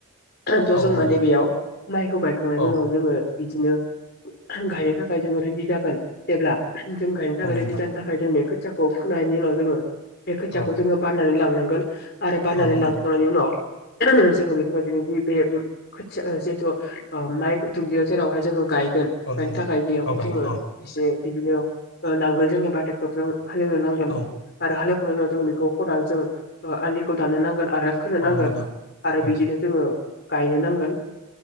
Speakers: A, on the left; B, on the left.
A: थ'
B: औ
A: जों
B: नोंथां
A: माने बेयाव माइखौ गायखांनायनि
B: औ
A: उनाव जोङो बिदिनो गायनो थाखाय जोङो रेडि जागोन जेब्ला जों गायनो
B: नोंथां
A: थाखायोन रेडि जानो थाखाय जों बेखौ खोथियाखौ फोनायनि उनाव जोङो बे खोथियाखौ
B: औ
A: जोङो बाननानै लांनांगोन आरो बाननानै
B: नोंथां
A: लांखांनायनि उनाव जोङो बेफोरबायदिनो बे खोथिया जिहेथु अमाइ दुब्लियाव जेरावहाय जोङो गायगोन
B: औ
A: गायनो
B: नोंथां
A: थाखाय बेयावहाय
B: औ गायगोन
A: जोङो
B: औ
A: एसे बिदिनो ओ नांगोल जों एबा ट्रेक्टर जों हालेवनो नांगोन
B: औ
A: आरो हाल जों बेखौ खदालजों ओ आलिखौ थानो नां गोन आरो खो नांगोन
B: औ नोंथां
A: आरो
B: औ
A: बिदिनो जोङो गायनो नांगोन